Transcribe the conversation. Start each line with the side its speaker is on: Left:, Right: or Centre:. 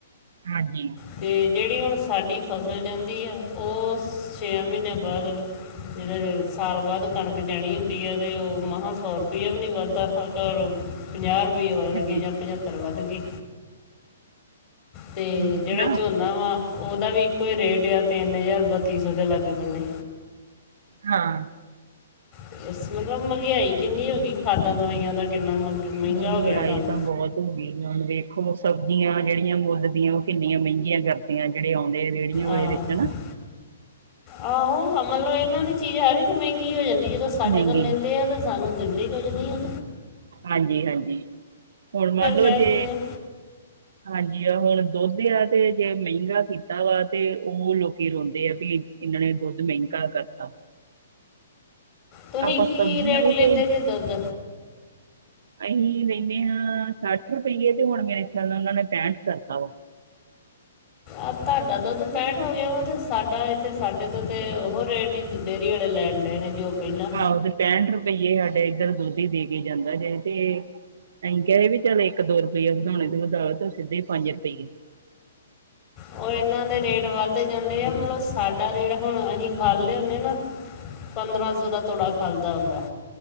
Right: ਹਾਂਜੀ।
Left: ਅਤੇ ਜਿਹੜੀ ਹੁਣ ਸਾਡੀ ਫਸਲ ਜਾਂਦੀ ਆ ਉਹ ਛੇ ਮਹੀਨਿਆਂ ਬਾਅਦ, ਜਿਹਦੋਂ ਸਾਲ ਬਾਅਦ ਕਣਕ ਜਾਣੀ ਹੁੰਦੀ ਆ ਤੇ ਉਹ ਮਹਾਂ ਸੌ ਰੁਪਇਆ ਵੀ ਨਹੀਂ ਵੱਧਦਾ ਘਰ, ਪੰਜਾਹ ਰੁਪਈਏ ਵੱਧ
Right: ਹਾਂਜੀ
Left: ਗਏ ਜਾਂ ਪੰਝੱਤਰ ਵੱਧ ਗਏ, ਤੇ
Right: ਉਹੀ
Left: ਜਿਹੜਾ
Right: ਨਾ
Left: ਝੋਨਾ ਵਾ ਉਹਦਾ ਵੀ ਇੱਕੋ ਹੀ ਰੇਟ ਆ ਤਿੰਨ ਹਜ਼ਾਰ ਬੱਤੀ ਸੌ ਦੇ ਲਾਗੇ ਬੰਨੇ,
Right: ਹਾਂ।
Left: ਬ ਮਤਲਬ ਮਹਿੰਗਾਈ ਕਿੰਨੀ ਹੋ ਗਈ ਖਾਦਾਂ ਦਵਾਈਆਂ ਦਾ ਕਿੰਨਾ ਮਹਿੰਗਾ
Right: ਮਹਿੰਗਾਈ
Left: ਹੋ ਗਿਆ ਕੰਮ,
Right: ਤਾਂ ਬਹੁਤ ਗਈ ਹੁਣ ਵੇਖੋ ਸਬਜ਼ੀਆਂ ਜਿਹੜੀਆਂ ਮੁੱਲ ਦੀਆਂ ਉਹ ਕਿੰਨੀਆਂ ਮਹਿੰਗੀਆਂ ਕਰਦੀਆਂ ਜਿਹੜੇ ਆਉਂਦੇ ਰੇਹੜੀਆਂ ਵਾਲੇ
Left: ਆਹ,
Right: ਵਿੱਚ ਨਾ
Left: ਆਹੋ ਮਤਲਬ ਇਹਨਾਂ ਦੀ ਚੀਜ਼ ਹਰ ਇੱਕ ਮਹਿੰਗੀ ਹੋ ਜਾਂਦੀ ਜਦੋਂ ਸਾਡੇ
Right: ਮਹਿੰਗੀ
Left: ਤੋਂ ਲੈਂਦੇ ਆ ਤੇ ਸਾਨੂੰ ਦਿੰਦੇ ਕੁੱਝ ਨਹੀਂ ਉਹ,
Right: ਹਾਂਜੀ-ਹਾਂਜੀ ਹੁਣ ਮੰਨ ਲਓ
Left: ਕਹਿ
Right: ਜੇ
Left: ਦਿੰਦੇ ਆ,
Right: ਹਾਂਜੀ ਆ ਹੁਣ ਦੁੱਧ ਆ ਤੇ ਜੇ ਮਹਿੰਗਾ ਕੀਤਾ ਵਾ, ਤੇ ਉਹ ਲੋਕੀ ਰੋਂਦੇ ਆ ਵੀ ਇਹਨਾਂ ਨੇ ਦੁੱਧ ਮਹਿੰਗਾ ਕਰਤਾ,
Left: ਤੁਸੀਂ
Right: ਆਪਾਂ
Left: ਕੀ
Right: ਸਬਜ਼ੀਆਂ
Left: ਰੇਟ
Right: ਵੀ
Left: ਲੈਂਦੇ
Right: ਤੇ,
Left: ਜੇ ਦੁੱਧ
Right: ਅਸੀਂ ਲੈਂਦੇ ਹਾਂ ਸੱਠ ਰੁਪਈਏ ਤੇ ਹੁਣ ਮੇਰੇ ਖ਼ਿਆਲ ਨਾਲ ਉਹਨਾਂ ਨੇ ਪੈਂਟ ਕਰਤਾ ਵਾ,
Left: ਆ ਤੁਹਾਡਾ ਦੁੱਧ ਪੈਂਠ ਹੋ ਗਿਆ ਵਾ ਅਤੇ ਸਾਡਾ ਇੱਥੇ ਸਾਡੇ ਤੋਂ ਤਾਂ ਉਹ ਰੇਟ ਹੀ, ਡੇਅਰੀ ਵਾਲੈ ਲੈਣ ਡ ਨੇ ਜੋ ਪਹਿਲਾਂ,
Right: ਆਹੋ ਤੇ ਪੈਂਹਠ ਰੁਪਈਏ ਸਾਡੇ ਇੱਧਰ ਦੁੱਧੀ ਦੇ ਕੇ ਜਾਂਦਾ ਹੈ ਤੇ, ਅਸੀਂ ਕਿਹਾ ਵੀ ਚੱਲ ਇੱਕ ਦੋ ਰੁਪਈਆ ਵਧਾਉਣੇ ਤੇ ਵਧਾਓ ਤੂੰ ਸਿੱਧੇ ਪੰਜ ਰੁਪਈਏ,
Left: ਉਹ ਇਹਨਾਂ ਦੇ ਰੇਟ ਵੱਧ ਜਾਂਦੇ ਆ ਮਤਲਬ ਸਾਡਾ ਰੇਟ ਹੁਣ ਅਸੀਂ ਖਾਲੇ ਹੁੰਦੇ ਨਾ, ਪੰਦਰਾਂ ਸੌ ਦਾ ਤੋੜਾ ਖਾਲਦਾ ਹੁੰਦਾ